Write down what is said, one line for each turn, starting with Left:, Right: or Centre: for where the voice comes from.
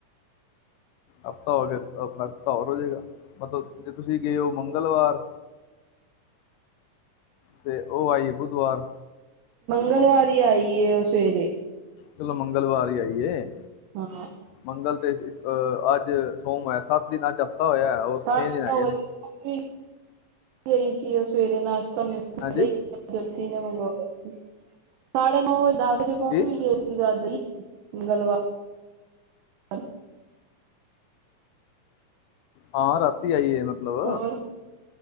Left: ਹਫ਼ਤਾ ਹੋ ਗਿਆ ਆਪਣਾ ਹਫ਼ਤਾ ਹੋਰ ਹੋ ਜਾਏਗਾ ਮਤਲਬ ਜੇ ਤੁਸੀਂ ਗਏ ਹੋ ਮੰਗਲਵਾਰ ਤੇ ਉਹ ਆਈ ਬੁਧਵਾਰ
Right: ਮੰਗਲਵਾਰ ਆਈ ਉਹ ਸਵੇਰੇ
Left: ਚਲੋ ਮੰਗਲਵਾਰ ਹੀ ਆਈਏ
Right: ਹਾਂ
Left: ਮੰਗਲ ਤੇ ਅਹ ਅੱਜ ਸੋਮਵਾਰ ਹੋਇਆ ਸੱਤ ਦਿਨ ਅੱਜ ਪਤਾ ਹੋਇਆ ਹੋਰ
Right: ਸਾਢੇ
Left: ਛੇ ਦਿਨ ਆ
Right: ਨੌ
Left: ਗਏ
Right: ਵਜੇ
Left: ਨੇ
Right: ਗਈ ਸੀ ਉਹ ਸਵੇਰੇ ਨਾਸ਼ਤਾ <inaudible> ਮੰਗਵਾਇਆ
Left: ਹਾਂਜੀ
Right: ਸੀ ਸਾਢੇ ਨੌ ਵਜੇ ਦਸ ਜੇ ਪਹੁੰਚ
Left: ਕੀ
Right: ਵੀ ਗਏ ਸੀਗਾ ਮੰਗਲਵਾਰ
Left: ਹਾਂ ਰਾਤੀ ਆਈਏ ਨਾ ਮਤਲਬ
Right: ਹੋਰ